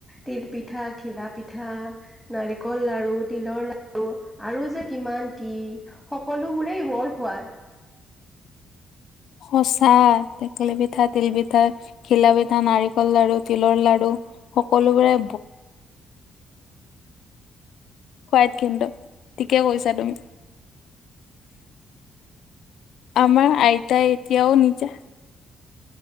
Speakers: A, in the centre; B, on the left.
A: তিল পিঠা ঘিলা পিঠা। নাৰিকল লাৰু তিলৰ লাৰু আৰু যে কিমান কি সকলোবোৰেই বৰ সোৱাদ।
B: সঁচা টেকেলি পিঠা তিল পিঠা ঘিলা পিঠা নাৰিকল লড়ু তিলৰ লাড়ু। সকলোবোৰে সোৱাদ কিন্ত ঠিকে কৈছা তুমি। আমাৰ আইতা এতিয়াও নিজা